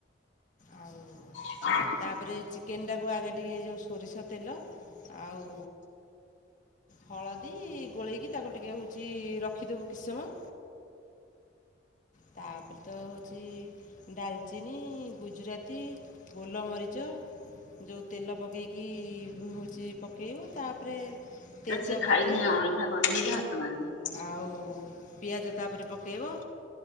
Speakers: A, on the left (about 40°); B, on the left (about 75°).
A: ଆଉ
B: <inaudible>
A: ତାପରେ ଚିକେନ ଟାକୁ ଆଗେ ଟିକେ ଏ ଯଉ ସୋରିଷ ତେଲ ଆଉ ହଳଦୀ ଗୋଳେଇକି ତାକୁ ଟିକେ ହେଉଛି ରଖିଦେବୁ କିସମ। ତାପରେ ତ ହଉଚି ଡାଲଚିନି, ଗୁଜୁରାତି, ଗୋଲମରିଚ। ଯଉ ତେଲ ପକେଇକି ହେଉଛି ପକେଇବ ତାପରେ ତେଜପତ୍ର
B: ସେ ଖାଇନି <unintelligible>
A: ଆଉ ପିଆଜ ତାପରେ ପକେଇବ।